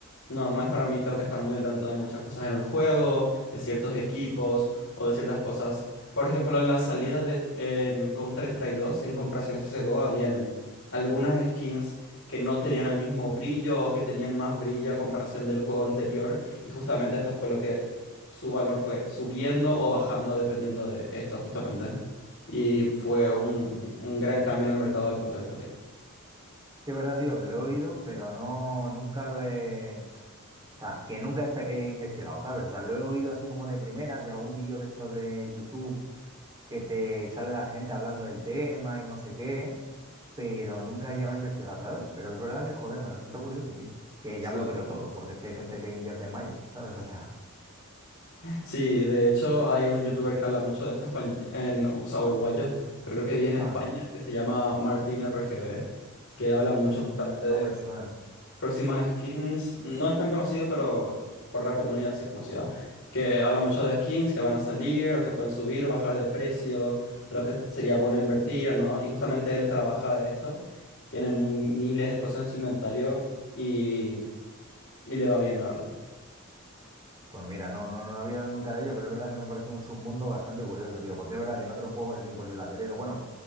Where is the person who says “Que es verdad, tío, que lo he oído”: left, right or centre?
Right